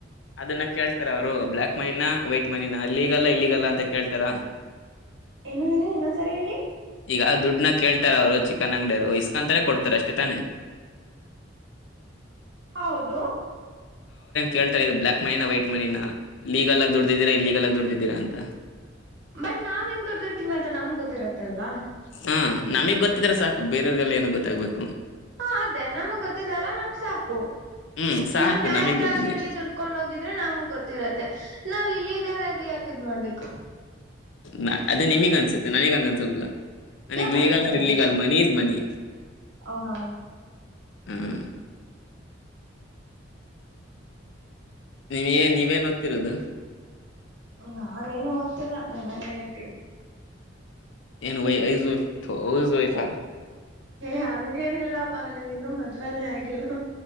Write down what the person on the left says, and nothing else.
ಅದನ್ನ ಕೇಳ್ತಾರ ಅವ್ರು ಬ್ಲ್ಯಾಕ್ ಮನಿನ ವೈಟ್ ಮನಿನ ಅಲ್ಲಿೀಗಲ್ಲ್ಲ ಇಲ್ಲಿೀಗಲ್ ಅಂತ ಕೇಳ್ತಾರ
ಈಗ ದುಡ್ನ ಕೇಳ್ತ ಅವರು ಚಿಕನ್ ಅಂಗಡಿಯರು ಇಸ್ಕಂತಾರೆ ಕೊಡ್ತಾರೆ ಅಷ್ಟೇ ತಾನೇ.
ಕೇಳ್ತಾರೆ ಇದು ಬ್ಲಾಕ್ ಮಿನ ವೈಟ್ ಮನಿನ ಲೀಗಲ್ ಆಗ ದುಡಿದೀರಾ ಇಲ್ಲೆಗಲ್ ಆಗ ದುಡ್ದಿದ್ದೀರಾ ಅಂತ.
ಹಾ ನಮಗ್ ಗೊತ್ತಿದ್ರ ಸಾಕು ಬೇರೆಯವ್ರರಿಗೆಲ್ಲ ಏನ ಗೊತ್ತಾಗ್ಬೇಕು.
ಹ್ಮ್ ಸಾಕು
ನಮಗ್
ಗೊತ್ತಿದ್ರಿ
ನ ಅದೇ ನಿಮಗ ಅನ್ಸುತ್ತೆ ನನಗಂಗ ಅನ್ಸಲ್ವಲ್ಲ
ಲೀಗಲ್
ಇೀಗಲ್ ಮನಿ ಇಜ ಮನಿ
ಹ್ಮ ನೀವ ಏ ನೀವೇನ್ ದತ್ತತಿರೋದು
ಏನು ವ ಐ ಹೌಸ್ ವೈಫ್